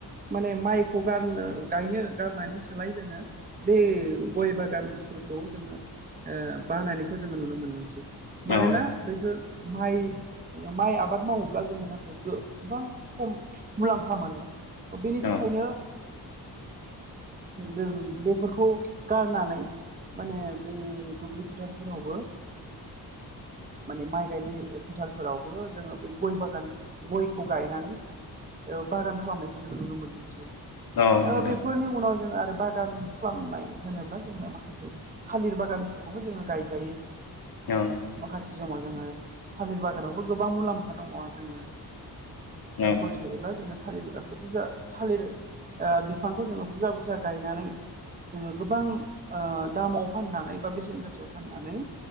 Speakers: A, on the right; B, on the left.
A: माने माइखौ गारनो गायनो गारनानै सोलाय जोङो बे गय बागान <unintelligible> जोङो ओ बाहानायनायखौ जोङो नुनो मोनदोंसै।
B: औ
A: मानोना बैफोर माइ जोङो माइ आबाद मावोब्ला जोङो नाथाय गोबां खम मुलाम्फा मोनो बेनि थाखायनो
B: औ
A: जों बेफोरखौ गारनानै माने बै दुब्लि फोथारफोरावबो माने माइ गायनाय फोथारफोरावबो जोङो बै गय बागान गयखौ गायनानै बागान खालामनायखौ जोंङो नुनो मोनसै आरो।
B: औ नोंथां
A: बेफोरनि उनाव जोङो आरो बागान खालामनाय होनोब्ला जोङो माखासे थालिर बागानफोरखौबो जोङो गायजायो।
B: औ।
A: माखासे समाव जोङो थालिर बागानावबो गोबां मुलाम्फा दङ। ओ जोङो
B: उम
A: खायोब्ला जोङो थालिर बिगाखौ बुरजा थालिर बिफांखौ जोङो बुरजा- बुरजा गायनानै जोङो गोबां ओ दामाव फाननानै बा बेसेन गोसायाव फाननानै